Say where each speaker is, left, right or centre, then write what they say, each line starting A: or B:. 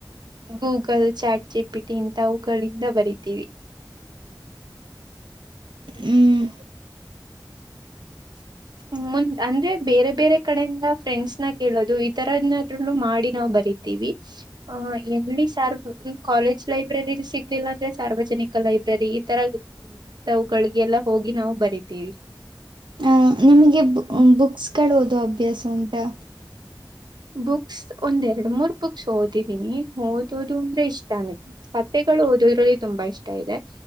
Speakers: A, on the right; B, on the right.
A: ಗೂಗಲ್ ಚಾಟ್ ಚಾರ್ಟ್ ಜಿಪಿಟಿ ಇಥವುಗಳಿಂದ ಬರಿತೀವಿ.
B: ಹ್ಮ್. <inaudible>
A: ಹ್ಮ ಮುಂದ್ ಅಂದ್ರೆ ಬೇರೆ ಬೇರೆ ಕಡೆಯಿಂದ ಫ್ರೆಂಡ್ಸ್ನ ಕೇಳೋದು ಈತರನಾದ್ರಲ್ಲೂ ಮಾಡಿ ನಾವ್ ಬರಿತೀವಿ. ಹ ಎಲ್ಲಿ ಸಾರ್ ಕಾಲೇಜ್ ಲೈಬ್ರರಿ ಸಿಗ್ಲಿಲ್ಲ ಅಂದ್ರೆ, ಸಾರ್ವಜನಿಕ ಲೈಬ್ರರಿ ಈ ತರ, ಅವುಗಳಿಗೆ ಎಲ್ಲ ಹೋಗಿ ನಾವು ಬರಿತೀವಿ.
B: ಹ ನಿಮಗೆ
A: ಹ್ಮ್
B: ಬುಕ್ಸ್ಗಳು ಓದೋ ಅಭ್ಯಾಸ ಉಂಟಾ,
A: ಬುಕ್ಸ್ ಒಂದ್ ಎರಡ್ ಮೂರ್ ಬುಕ್ಸ್ ಓದಿದಿನಿ ಓದೋದು ಅಂದ್ರೆ ಇಷ್ಟನ ಮತ್ತೆ ಗಳು ಓದೋದ್ರಲ್ಲಿ ತುಂಬಾ ಇಷ್ಟ ಇದೆ.